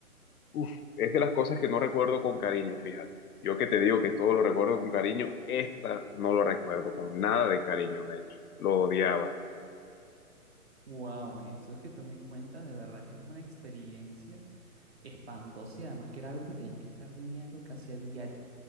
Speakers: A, on the left (about 75°); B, on the right (about 45°).
A: uf, es de las cosas que no recuerdo con cariño, fíjate. Yo que te digo que todo lo recuerdo con cariño, esta no lo recuerdo con nada de cariño, de hecho, lo odiaba.
B: Wow, eso que tú me cuentas de verdad que es una experiencia espantoso y además que era algo que tenías que estar viviendo casi a diario,